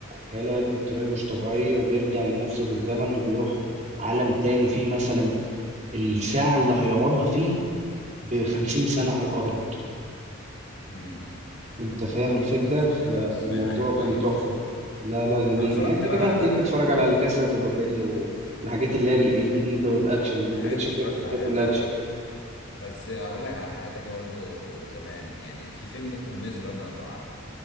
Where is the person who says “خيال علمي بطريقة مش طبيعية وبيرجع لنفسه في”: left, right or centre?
Right